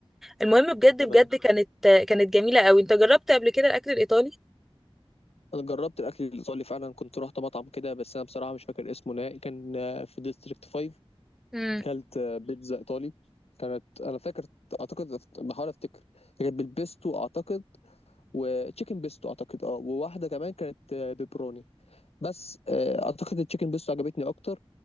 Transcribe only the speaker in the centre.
المهم بجد
بجد كانت آه، كانت جميله قوي انت جربت قبل كده الاكل الايطالي
امم